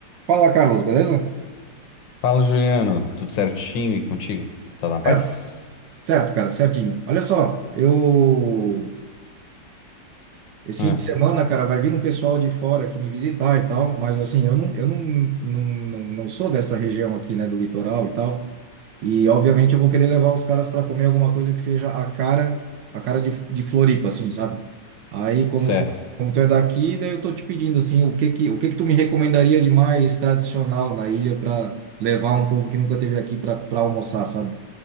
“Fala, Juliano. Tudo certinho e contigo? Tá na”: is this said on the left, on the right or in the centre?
Left